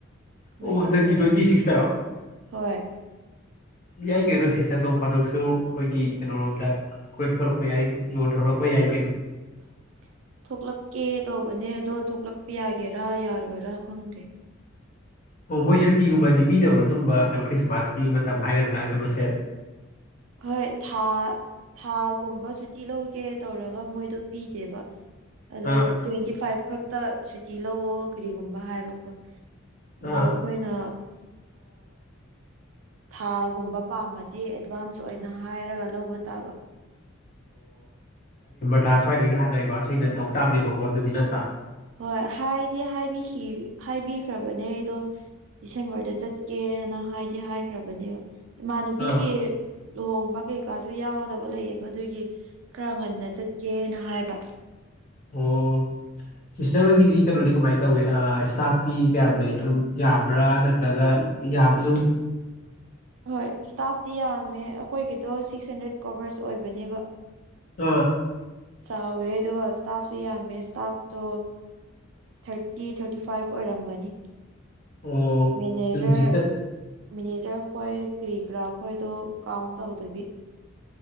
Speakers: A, on the right; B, on the left.
A: ꯃꯥꯏ
B: ꯑꯣ
A: ꯇꯧ
B: ꯍꯟꯗꯛꯀꯤ
A: ꯇꯔ
B: ꯇ꯭ꯋꯦꯟꯇꯤ ꯁꯤꯛꯁꯇꯔꯣ
A: ꯍꯣꯏꯣꯏ
B: ꯌꯥꯏ ꯀꯩꯅꯣ ꯁꯤꯇꯟꯂꯣꯡꯝ ꯐꯥꯗꯣꯛꯁꯨ ꯑꯩꯈꯣꯏꯒꯤ ꯀꯩꯅꯣꯣꯔꯣꯝꯗ ꯀ ꯊꯣꯛꯂꯛꯄ ꯌꯥꯏꯉꯣꯟꯗ ꯊꯣꯛꯂꯛꯄ ꯌꯥꯏ ꯀꯩꯅꯣ
A: <inaudible> ꯊꯣꯛꯂꯛꯀꯦ ꯇꯧꯕꯅꯦ ꯑꯗꯣ ꯊꯣꯛꯂꯛꯄ ꯌꯥꯒꯦꯔꯥ ꯌꯥꯔꯣꯏꯔꯥ ꯈꯪꯗ꯭ꯔꯦ
B: ꯑꯣ ꯃꯣꯏ ꯁꯨꯇꯤꯒꯨꯝꯕꯗꯤ ꯄꯤꯗꯕ꯭ꯔꯣ ꯑꯗꯨꯝꯕ ꯀꯩꯅꯣ ꯈ꯭ꯔꯤꯁꯃꯥꯁꯀꯤ ꯃꯇꯝ ꯍꯥꯏꯒꯗ꯭ꯔꯥ ꯀꯩꯅꯣꯁꯦ
A: ꯍꯣꯏ ꯊꯥ ꯊꯥꯒꯨꯝꯕ ꯁꯨꯇꯤ ꯂꯧꯒꯦ ꯇꯧꯔꯒ ꯃꯣꯏꯗꯣ ꯄꯤꯗꯦꯕ ꯑꯗꯣ
B: ꯑꯥ
A: ꯇ꯭ꯋꯦꯟꯇꯤ ꯐꯥꯏꯚ ꯈꯛꯇ ꯁꯨꯇꯤ ꯂꯧꯋꯣ ꯀꯔꯤꯒꯨꯝꯕ ꯍꯥꯏꯕꯀꯣ ꯑꯗꯣ
B: ꯑꯥ
A: ꯑꯩꯈꯣꯏꯅ ꯊꯥꯒꯨꯝꯕ ꯄꯥꯝꯃꯗꯤ ꯑꯦꯗꯚꯥꯟꯁ ꯑꯣꯏꯅ ꯍꯥꯏꯔꯒ ꯂꯧꯕ ꯇꯥꯕ
B: ꯈꯔ ꯁ꯭ꯋꯥꯏꯗꯒꯤ ꯍꯥꯟꯅꯩꯕ ꯑꯁꯩꯅ ꯇꯧ ꯇꯥꯝꯅꯦꯕꯀꯣ ꯑꯗꯨꯗꯤ ꯅꯠꯇ꯭ꯔꯥ
A: ꯍꯣꯏ ꯍꯥꯏꯗꯤ ꯍꯥꯏꯕꯤꯈ꯭ꯔꯕꯅꯦ ꯑꯩꯗꯣ ꯗꯤꯁꯦꯝꯕꯔꯗ ꯆꯠꯀꯦꯅ ꯍꯥꯏꯗꯤ ꯍꯥꯏꯈ꯭ꯔꯕꯅꯦꯕ ꯏꯃꯥꯟꯅꯕꯤꯒꯤ
B: ꯑꯥ
A: ꯂꯨꯍꯣꯡꯕ ꯀꯩꯀꯥꯁꯨ ꯌꯥꯎꯒꯗꯕ ꯂꯩꯌꯦꯕ ꯑꯗꯨꯒꯤ ꯈꯔ ꯉꯟꯅ ꯆꯠꯀꯦꯅ ꯍꯥꯏꯕ
B: ꯑꯣꯝ ꯁꯤꯁꯇꯔ ꯍꯣꯏꯒꯤꯗꯤ ꯀꯩꯅꯣꯗꯤ ꯀꯃꯥꯏꯅ ꯇꯧꯋꯤ ꯏꯁꯇꯥꯐꯇꯤ ꯀꯌꯥꯝ ꯂꯩ ꯑꯗꯨꯝ ꯌꯥꯝꯕ꯭ꯔꯥ ꯅꯠꯇ꯭ꯔꯒ ꯑꯩ
A: <inaudible> ꯍꯣꯏ ꯏꯁꯇꯥꯐꯇꯤ ꯌꯥꯝꯃꯦ ꯑꯩꯈꯣꯏꯒꯤꯗꯣ ꯁꯤꯛꯁ ꯍꯟꯗ꯭ꯔꯦꯠ ꯀꯣꯚꯔꯁ ꯑꯣꯏꯕꯅꯦꯕ
B: ꯑꯥ
A: ꯆꯋꯦꯗꯒꯁꯇꯥꯞꯁꯨꯃꯦ ꯏꯁꯇꯥꯞꯣ ꯊꯥꯔꯇꯤ ꯊꯥꯔꯇꯤ ꯐꯥꯏꯚ ꯑꯣꯏꯔꯝꯒꯅꯤ
B: ꯑꯣ
A: ꯃꯅꯦꯖꯔ
B: ꯑꯗꯨꯝ ꯁꯤꯁꯇꯔ
A: ꯃꯦꯅꯦꯖꯔ ꯑꯩꯈꯣꯏ ꯀꯔꯤ ꯀꯔꯥ ꯑꯩꯈꯣꯏꯗꯣ ꯀꯥꯎꯟ ꯇꯧꯗꯕꯤ